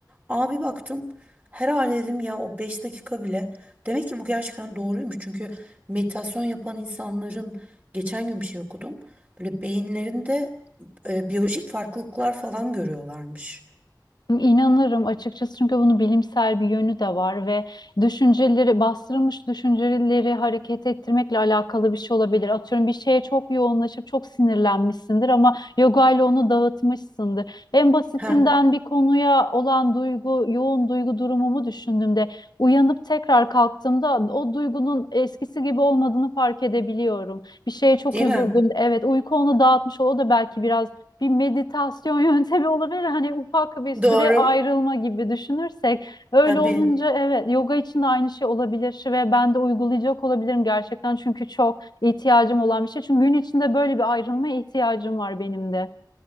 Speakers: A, on the right; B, on the left.
A: Abi baktım herhalde dedim ya o 5 dakika bile. Demek ki bu gerçekten doğruymuş. Çünkü meditasyon yapan insanların geçen gün bir şey okudum. Böyle beyinlerinde e, biyolojik farklılıklar falan görüyorlarmış.
B: İnanırım açıkçası çünkü bunun bilimsel bir yönü de var ve düşünceleri bastırılmış düşünceleri hareket ettirmekle alakalı bir şey olabilir. Atıyorum bir şeye çok yoğunlaşıp çok sinirlenmişsindir ama yoga ile onu dağıtmışsındır. En basitinden
A: Ha, Tamam.
B: bir konuya olan duygu, yoğun duygu durumumu düşündüğümde uyanıp tekrar kalktığımda o duygunun eskisi gibi olmadığını fark edebiliyorum. Bir şeye çok
A: değil
B: üzüldüm.
A: mi?
B: Evet uyku onu dağıtmış o da belki biraz bir meditasyon <laughs> yöntemi olabilir. Hani ufak bir süre
A: Doğru.
B: ayrılma gibi düşünürsek. Öyle
A: Tabii,
B: olunca evet yoga için de aynı şey olabilir ve ben de uygulayacak olabilirim gerçekten. Çünkü çok ihtiyacım olan bir şey. Çünkü gün içinde böyle bir ayrılmaya ihtiyacım var benim de.